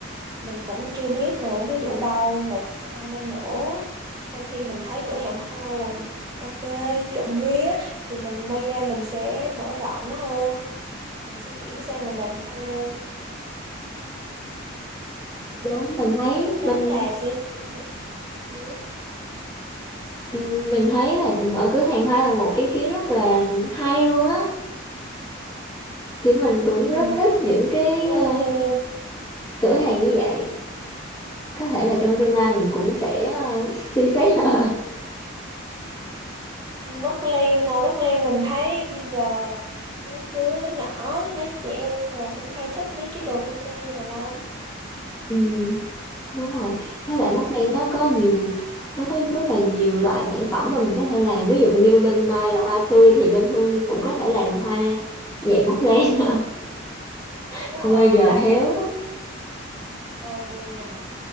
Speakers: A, on the right; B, on the left.
A: mình cũng chưa biết nữa. Ví dụ đâu một hai năm nữa sau khi mình thấy cửa hàng hoa làm ok trộm vía thì mình may ra mình sẽ mở rộng nó hơn. Mình sẽ chuyển sang mình làm hoa luôn.
B: đúng mình thấy
A: Hương có tính
B: mình
A: là sẽ chuyển ừ.
B: ừm, mình thấy là mở cửa hàng hoa là một ý kiến rất là hay luôn á kiểu mình
A: <laughs> Cảm
B: cũng rất thích những cái
A: ơn
B: ờ,
A: Hương.
B: cửa hàng như vậy có thể là trong tương
A: Ừ.
B: lai mình cũng sẽ ờ, suy xét <laughs>
A: Mất Lan rồi, Mất Lan mình thấy bây giờ mấy đứa nhỏ, mấy trẻ em đồ cũng hay thích mấy cái đồ cute đồ lắm.
B: Ừ. đúng rồi với
A: Ừ.
B: lại Móc nó có nhiều nó có rất là nhiều loại sản phẩm mà mình có thể làm ví dụ như bên Mai là hoa tươi thì bên Hương cũng có thể làm hoa dạng móc len
A: Đúng
B: không
A: rồi.
B: bao giờ héo
A: Ừ nhờ,